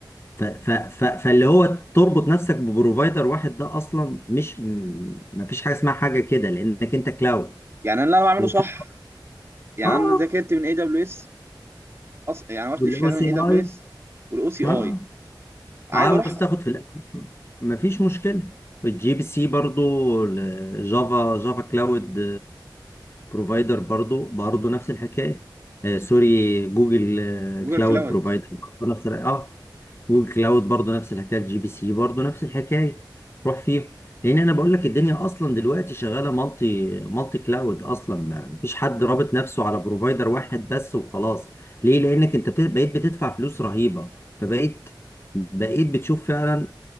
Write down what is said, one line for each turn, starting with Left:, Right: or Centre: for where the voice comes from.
Left: ف- ف- ف- فاللي هو تربط نفسك ببروفايدر واحد ده اصلا مش ما فيش حاجه اسمها حاجه كده لانك انت كلاود
Right: يعني انا اللي انا بعمله
Left: وفي
Right: صح يعني
Left: اه
Right: انا ذاكرت من اي دبليو اس يعني واخد
Left: والاو
Right: الشهاده من
Left: سي
Right: اي دبليو
Left: اي
Right: اس والاو سي اي
Left: اه
Right: عايز
Left: عاوز
Right: اروح
Left: تاخد في الأساس. مفيش مشكله الجي بي سي برضو الجافا جافا كلاود بروفايدر برضو برضو نفس الحكايه آه سوري جوجل آه،
Right: جوجل
Left: كلاود
Right: كلاود
Left: بروفايدر برضو نفس الحكاية. اه وكلاود برضو نفس الحكايه الجي بي سي برضو نفس الحكايه روح فيه لان انا بقول لك الدنيا اصلا دلوقتي شغاله مالتي مالتي كلاود اصلا ما مفيش حد رابط نفسه على بروفايدر واحد بس وخلاص ليه لانك انت بت- بقيت بتدفع فلوس رهيبه فبقيت بقيت بتشوف فعلا